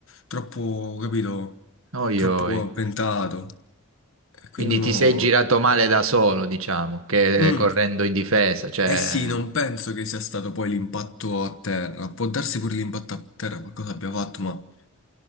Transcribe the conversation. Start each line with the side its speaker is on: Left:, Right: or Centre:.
Left: troppo, capito,
Right: oi,
Left: troppo
Right: oi.
Left: ventato. E quindi
Right: Quindi
Left: mo...
Right: ti sei girato male da solo, diciamo, che
Left: Mm.
Right: eh, correndo in difesa, cioè,
Left: Eh sì, non penso che sia stato poi l'impatto a terra. Può darsi pure l'impatto a terra, qualcosa abbia fatto, ma...